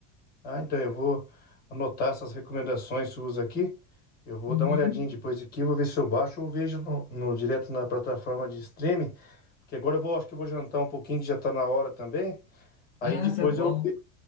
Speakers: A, on the left (about 25°); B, on the left (about 50°).
A: Ah, então eu vou anotar essas recomendações suas aqui. Eu vou
B: Uhum.
A: dar uma olhadinha depois aqui, vou ver se eu baixo ou vejo no, no- direto na plataforma de streaming. Porque agora eu vou, acho que eu vou jantar um pouquinho, que já tá na hora também. Aí
B: Ah,
A: depois
B: tá bom.
A: eu,